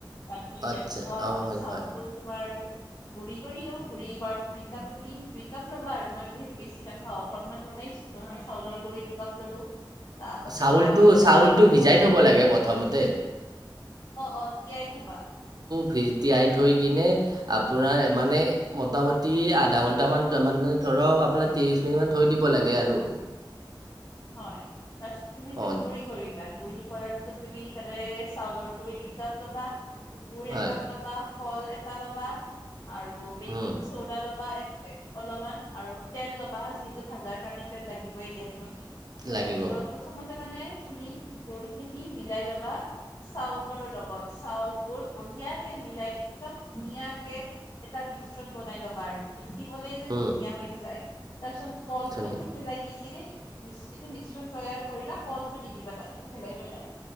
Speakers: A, on the left (about 45°); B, on the right (about 50°).
A: বাকী
B: আচ্ছা
A: ৰাতিপুৱাৰ
B: অঁ
A: পিছত
B: হয়
A: চাউলটো
B: হয়
A: তোমাৰ গুৰি কৰিলো গুৰি কৰা সি কাপ দুই কাপ তুমি দুই কাপ ল'বা আৰু মই যিহেতু বেছি নাখাও অকনমান বনাইছ দুহাই চাউলৰ গুৰি দুকাপ ললো। তাৰপাছত
B: চাউলটো চাউলটো
A: মই গুুৰ
B: ভিজাই
A: ললো।
B: থ'ব
A: অ,
B: লাগে প্ৰথমতে
A: অ তিয়াই থবা।
B: ফি তিয়াই থৈ কিনে আপোনাৰ মানে মোটামুটি আধা ঘণ্টামান মান ধৰ ধৰক আপোনাৰ তিৰিশ মিনিট মান থৈ দিব লাগে আৰু।
A: হয় তাছ তুমি সেটো
B: অঁ
A: গুড়ি কৰি বা গুৰি কৰাৰ পিছত তুমি তাতে চাউলৰ গুৰি দুই কাপ ল'বা, গুুৰ
B: হয়
A: একাপ ল'বা। কল এটা ল'বা আৰু বেকিং
B: উম,
A: চৌদা ল'বা এক অলপমান আৰু তেল ল'বা যিহেতু ভাজাৰ কাৰণে তেল লাগিবই দিয়াচোন। তাৰছত
B: লাগিব
A: প্ৰথমত মানে তুমি গুৰি খিনি মিলাই ল'বা চাউলৰ লগত। চাউল গুৰ গু- ধুনিয়াকে মিলাই একদম ধুনীয়াকে এটা মিশ্ৰণ বনাই লবা আৰু। দিবলে যে
B: উম,
A: ধুনীয়া হৈ যায় তাৰ পিছত কলটো
B: ধুনীয়া
A: থেফেলাই দি কিনে মিশ্ৰটো মিশ্ৰণ তৈয়াৰ কৰিলা কলটো দি দিবা। ঠেঠেলাই পেলাই